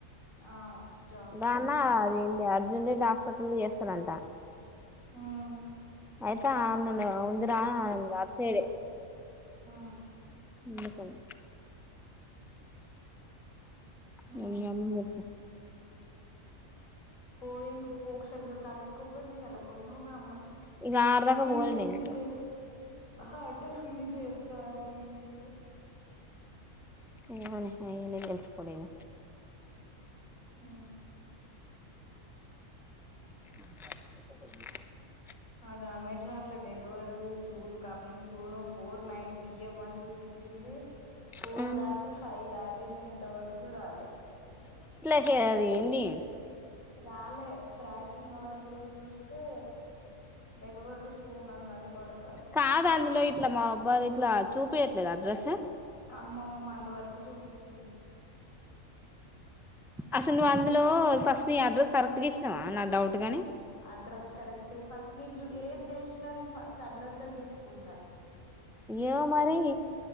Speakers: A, on the left; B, in the centre.
A: ఆ జాబ్
B: దన్న
A: గవర్నమెంట్ జాబ్
B: అదేంటి అర్జున్ రెడ్డి హాస్పిటల్ లో చేస్తారంట
A: హ్మ్
B: ఆయతా అ అన్ననే ఉందిరా అటు సైడే
A: ఆ
B: ఉన్న కల్
A: ఆహా
B: వెళ్ళి మీ అమ్మ కి చెప్పు
A: పోయి పోక్సారి కానకో పోయినా ఈయల పోయినవుగా అమ్మ
B: ఇగ ఆడదాకా
A: ఫీజకిటిక
B: పోలే నేను ఇగ
A: హ్ అంటే ఫీజ ఎంత అది ఇది
B: ఏమో నే అయి అన్ని తెల్సుకోలే ఇగ
A: ఆ
B: ట్ట
A: అది అమెజాన్ లో delivered soon coming soon four nine PM అని చూపి చ్చింది ఫోర్
B: ఇగ
A: దాటి ఫైవ్ దాటింది ఇంత వరకు రాలే
B: ఒకే అది ఏంది
A: రాలే ట్రాకింగ్ ఆర్డర్ కూడా చూస్తే డెలివర్డ్ సూన్ అన్నట్టు పడతాంది
B: కాదు అందులో ఇట్లా మా అబ్బా ఇట్లా చూపియట్లేదా డ్రెస్
A: కమ్మమ్మ అన్ని వరకు చూపించింది
B: అసలు నువ్వు అందులో ఫస్ట్ నీ అడ్రస్ కరెక్ట్గా ఇచ్చినావా నా డౌట్ గాని
A: అడ్రస్ కరెక్ట్ ఫస్ట్ నింజు ఏజ్ జేస్ ప్రతిసారి నేను ఫస్ట్ అడ్రస్ చూసుకుంటా
B: ఏమో మరి